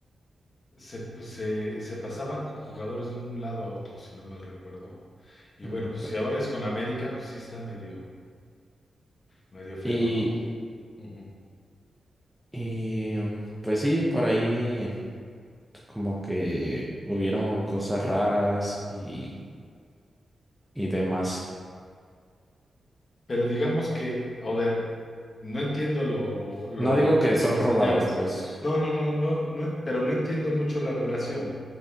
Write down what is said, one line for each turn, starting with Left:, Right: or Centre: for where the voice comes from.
Left: Se, pues, se, se pasaban con jugadores de un lado a otro, si no mal recuerdo. Y
Centre: mm,
Left: bueno, pues
Centre: p-
Left: si ahora es con América, pues sí está medio, medio feo,
Centre: Y,
Left: ¿no? Ujú.
Centre: y mm, pues sí, por ahí como que hubieron cosas raras y, y demás.
Left: Pero digamos que, a ver, no entiendo lo, lo,
Centre: No digo que
Left: lo
Centre: son
Left: que señalas.
Centre: robados, pues.
Left: No, no, no, no, no, pero no entiendo mucho la relación.